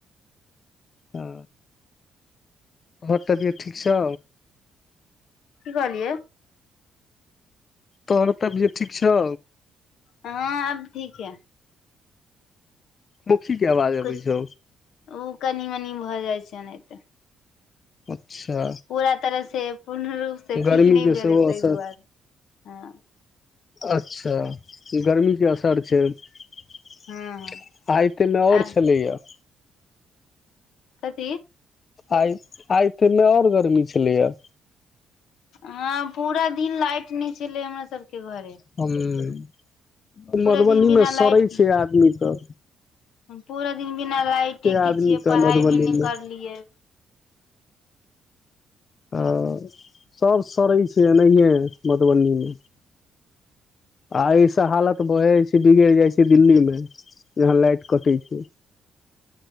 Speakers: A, on the left; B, on the left.
A: हँ तोहर तबियत ठीक छौ
B: की कहलियै
A: तोहर तबियत ठीक छौ
B: हँ अआब ठीक अए
A: मौखी के आवाज अबै
B: किछु
A: छौ
B: ओ कनी-मनी भऽ जाइ छै एनाहिते
A: अच्छा
B: पूरा तरहसँ पूर्ण रूपसँ
A: गर्मी
B: ठीक नहि
A: के
B: भेलै
A: सेहो
B: ताहि
A: असर
B: दुआरे हँ
A: अच्छा गर्मी के असर छै आ
B: हँ
A: ताई मे आओर
B: आ
A: छलैया
B: कथी
A: आइ आइ तय मे आओर गर्मी छलैए
B: ह पूरा दिन लाइट नहि छलै हमरा सबके घरे
A: ह
B: पूरा
A: मधुबनीमे
B: दिन बिना लाइट
A: सड़ै छै आदमी तऽ
B: पूरा दिन बिना लाइटे
A: आदमी
B: के छियै पढ़ाई
A: मधुबनी
B: भी नहि
A: मे
B: करलियै
A: आ सभ सड़ै छै एनाहिए मधुबनीमे आ ईस हालत बहे छै बिगड़ जाइ छै दिल्ली मे जहाँ लाइट कटैत छै